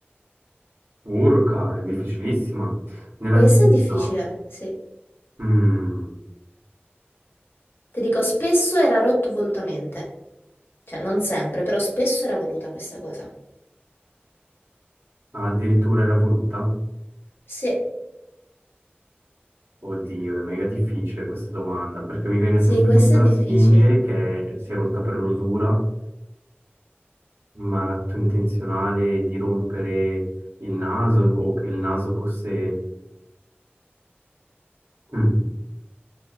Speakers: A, on the right; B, on the left.
A: urca, è difficilissima. Nell'antichità,
B: Questo è difficile, sì.
A: mm,
B: Ti dico, spesso era rotto volutamente, cioè non sempre, però spesso era voluta questa cosa.
A: addirittura era voluta?
B: Sì,
A: Oddio, è mega difficile questa domanda, perché mi viene
B: sì,
A: sempre
B: questo
A: in mente
B: è
A: la
B: difficile.
A: Sfinge che si è rotta per l'usura, ma l'atto intenzionale di rompere il naso o che il naso fosse... Mm.